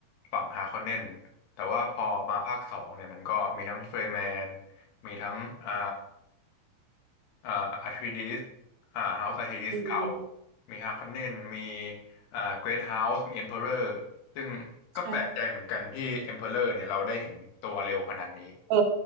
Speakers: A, on the left; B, on the right.
A: ฝั่งฮาคอนเนนแต่ว่าพอมาภาคสองเนี่ยมันก็มีทั้งเฟรย์แมนมีทั้งอ่า อ่าอาร์ทิดิสอ่าเฮาส์อาร์ทิดิสเก่า
B: อืม
A: มีฮาคอนเนนมีอ่าเกรทเฮาส์มีเอ็มเพอเรอร์ซึ่งก็แปลกใจเหมือนกันที่เอ็มเพอเรอร์เนี่ยเราได้เห็นตัวเร็วขนาดนี้
B: ใช่เออ